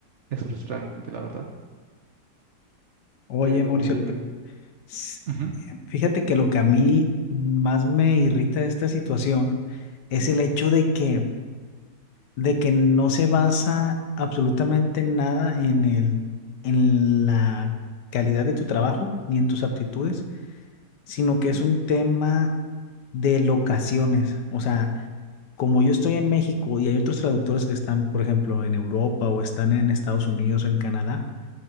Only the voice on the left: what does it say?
Oye,
Mauricio,
p- S-
eh, Fíjate que lo que a mí más me irrita de esta situación es el hecho de que, de que no se basa absolutamente en nada en el, en la calidad de tu trabajo ni en tus aptitudes, sino que es un tema de locaciones. O sea, como yo estoy en México y hay otros traductores que están, por ejemplo, en Europa o están en Estados Unidos o en Canadá,